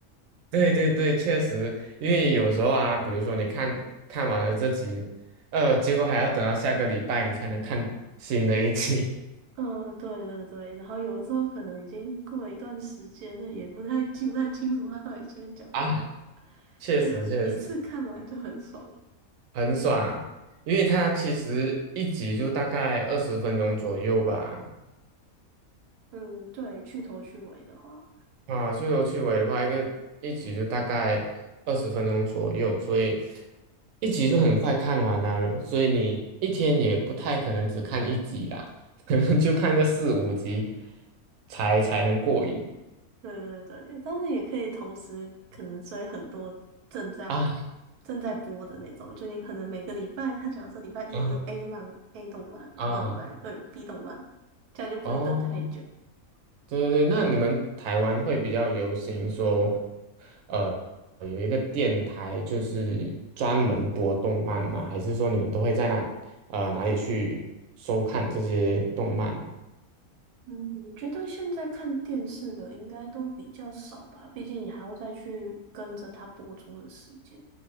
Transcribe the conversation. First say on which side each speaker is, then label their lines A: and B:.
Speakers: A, on the right; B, on the right.
A: 对对对，确实，因为有时候啊，比如说你看看完了这集，呃，结果还要等到下个礼拜你才能看新的一集
B: 嗯、对对对，然后有的时候可能已经过了一段时间了，也不太记不太清楚他到底前面讲的什么，
A: <laughs> 啊，确实确实
B: 那种一次看完就很爽了。
A: 很爽，因为它其实一集就大概二十分钟左右吧，
B: 嗯，对，去头去尾的话。
A: 啊，去头去尾的话，一个一集就大概二十分钟左右，所以一集就很快看完了，所以你一天也不太可能只看一集啦，<laughs> 可能就看个四五集才才能过瘾
B: 对对对，但是也可以同时可能追很多正在
A: 啊
B: 正在播的那种，就你可能每个礼拜，他假如说礼拜一有
A: 啊
B: A 漫 A 动漫，然后礼拜二有
A: 啊！
B: B 动漫，这样就不会等太久。
A: 哦，对对对，那你们台湾会比较流行说，呃，有一个电台就是专门播动漫吗？还是说你们都会在那呃哪里去收看这些动漫呢？
B: 嗯，我觉得现在看电视的应该都比较少吧，毕竟你还要再去跟着它播出的时间。